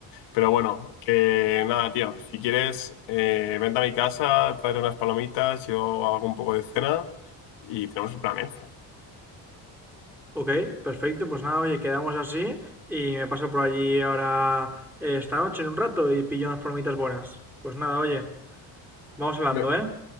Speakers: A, on the left (about 85°); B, in the centre.
A: Pero bueno, que nada, tío. Si quieres, eh, vente a mi casa, traer unas palomitas, yo hago un poco de cena y tenemos el plan hecho.
B: Ok, perfecto, pues nada, oye, quedamos así y me paso por allí ahora eh, esta noche en un rato y pillo unas palomitas buenas. Pues nada, oye, vamos hablando,
A: Ve-
B: ¿eh?